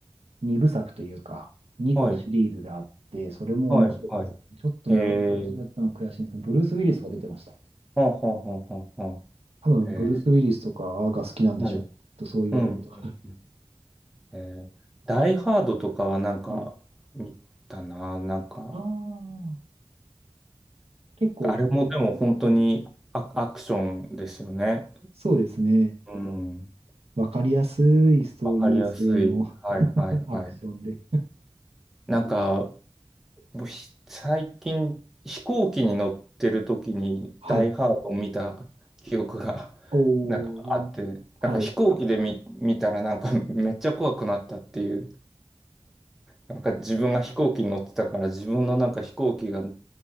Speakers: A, on the right; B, in the centre.
A: 二部作というか、二個シリーズであって、
B: はい、
A: それも面白いですね。
B: はい、はい。
A: ちょっと名前忘れちゃったの悔しいんですね。
B: へえ、
A: ブルース・ウィリスが出てました。
B: はあ、はあ、はあ、はあ、はあ。
A: 多分、
B: え
A: ブルース・ウィリスとかが好きなんでしょう。
B: え、はい、
A: とそう言われると。
B: うん、うん、うん。えーダイハードとかはなんか見たな、
A: はい。
B: なんか、
A: ああ、結構、
B: あれもでも本当にア、
A: はいはい。
B: アクションですよね。
A: そうですね。
B: うん、
A: わかりやすいストーリー性の
B: わかりやすい。はいはいはい。
A: <laughs> アクションで。
B: なんか、もうひ最近飛行機に乗ってる時にダイハードを見た記憶が
A: はい。おー。
B: <laughs> なんかあって、
A: はい。
B: なんか飛行機で見、
A: う
B: 見たらなんかめっちゃ怖くなったっていう、なんか自分が飛行機に乗ってたから自分のなんか飛行機が